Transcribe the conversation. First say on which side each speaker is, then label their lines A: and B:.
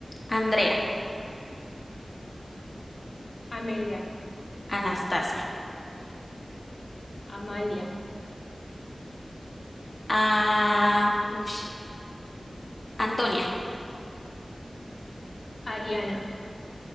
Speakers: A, on the left; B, on the left.
A: Andrea,
B: Amelia,
A: Anastasia,
B: Amalia.
A: ah, ush, Antonia,
B: Ariana,